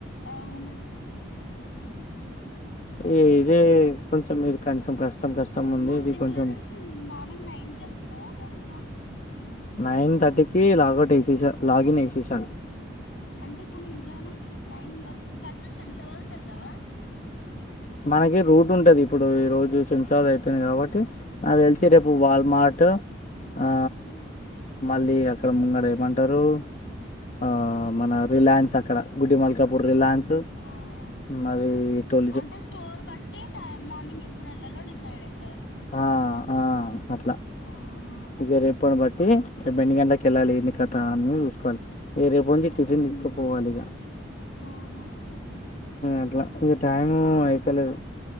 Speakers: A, on the left (about 65°); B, on the left (about 35°).
A: అవువును
B: ఏ ఇదే కొంచెం మీరు కష్టం కష్టం ఉంది
A: మీ
B: ఇది
A: ఇంట్లో
B: కొంచెం
A: నుంచి మార్నింగ్ నైన్క్ వెళ్తున్నావా టెన్ క
B: నైన్ థర్టీకి లాగౌట్ ఏసేసా లాగిన్ ఏసేసాను
A: అంటే ఇప్పుడు ఇంట్లో నుంచి నైన్ లో ఫస్ట్ శంషాబాద్కి వెళ్తావా
B: మనకి రూట్ ఉంటది ఇప్పుడు ఈ రోజు సం చవా అయిపోయింది కాబట్టి నాకు తెలిసి
A: ఉమ్
B: రేపు వాల్మార్ట్ అట్ ఆ
A: ఉమ్
B: మళ్ళీ అక్కడ ముంగట ఏమంటారు ఆ మన రిలాయన్స్ అక్కడ గుడి మల్కాపూర్
A: ఆ
B: రిలాయన్స్ హ్మ్మ్
A: ఆ
B: మరి ట్వా
A: అంటే స్టోర్ బట్టి టైం మార్నింగ్ ఎప్పుడు వెళ్ళలో డిసైడ్ అయి
B: ఆ ఆ అట్లా
A: ఆహా
B: ఇగ రేపటి బట్టి రేపు ఎన్ని గంటకి వెళ్ళాలి ఏన్ని కదా అని చూసుకోవాలి మీ రేపటి నుంచి
A: ఆ
B: టిఫిన్ తీసుకుపోవాలి ఇక
A: ఆహా
B: అట్లా ఈ టైము
A: ఇప్పుడు
B: అయితలేదు